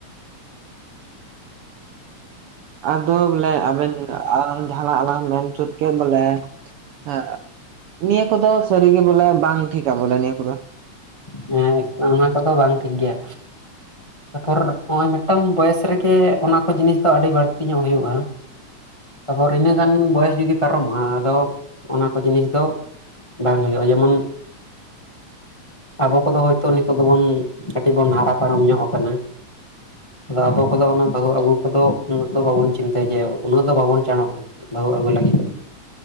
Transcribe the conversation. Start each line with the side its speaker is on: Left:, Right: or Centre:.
Right: ᱟᱫᱚ ᱵᱚᱞᱮ ᱟᱵᱮᱱ ᱡᱟᱦᱟᱱᱟᱜ ᱟᱞᱟᱝ ᱢᱮᱱ <unintelligible> ᱠᱮᱫ ᱵᱚᱞᱮ ᱦᱮᱸ ᱱᱤᱭᱟᱹ ᱠᱚᱫᱚ ᱥᱟᱹᱨᱤᱜᱮ ᱵᱚᱞᱮ ᱵᱟᱝ ᱴᱷᱤᱠᱟ ᱵᱚᱞᱮ ᱱᱤᱭᱟᱹ ᱠᱚᱫᱚ
Left: ᱦᱮᱸ ᱚᱱᱟ ᱠᱚᱫᱚ ᱵᱟᱝ ᱴᱷᱤᱠ ᱜᱮᱭᱟ᱾ ᱛᱟᱨᱯᱚᱨ ᱱᱚᱜ-ᱚᱭ ᱢᱤᱫᱴᱟᱱ ᱵᱚᱭᱮᱥ ᱨᱮᱜᱮ ᱚᱱᱟ ᱠᱚ ᱡᱤᱱᱤᱥ ᱫᱚ ᱟᱹᱰᱤ ᱵᱟᱹᱲᱛᱤ ᱧᱚᱜ ᱦᱩᱭᱩᱜ-ᱟ᱾ ᱛᱟᱯᱚᱨ ᱤᱱᱟᱹ ᱜᱟᱱ ᱵᱚᱭᱮᱥ ᱡᱩᱫᱤ ᱯᱟᱨᱚᱢᱚᱜ-ᱟ, ᱟᱫᱚ ᱚᱱᱟ ᱠᱚ ᱡᱤᱱᱤᱥ ᱫᱚ ᱵᱟᱝ ᱦᱩᱭᱩᱜ-ᱟ ᱡᱮᱢᱚᱱ᱾ ᱟᱵᱚ ᱠᱚᱫᱚ ᱦᱚᱭᱛᱚ ᱱᱤᱛᱚᱜ ᱫᱚᱵᱚᱱ ᱠᱟᱹᱴᱤᱡ ᱵᱚᱱ ᱦᱟᱨᱟ ᱯᱟᱨᱚᱢ ᱧᱚᱜ ᱟᱠᱟᱱᱟ᱾ ᱟᱫᱚ ᱟᱵᱚ ᱠᱚᱫᱚ ᱚᱱᱟ ᱵᱟᱹᱦᱩ ᱟᱹᱜᱩ ᱠᱚᱫᱚ ᱩᱱᱟᱹᱜ ᱩᱱᱟᱹᱜ ᱫᱚ ᱵᱟᱵᱚᱱ ᱪᱤᱱᱛᱟᱹᱭ ᱡᱮ ᱩᱱᱟᱹᱜ ᱫᱚ ᱵᱟᱵᱚᱱ ᱪᱟᱬᱚᱜ-ᱟ᱾ ᱵᱟᱹᱦᱩ ᱟᱹᱜᱩ ᱞᱟᱹᱜᱤᱫ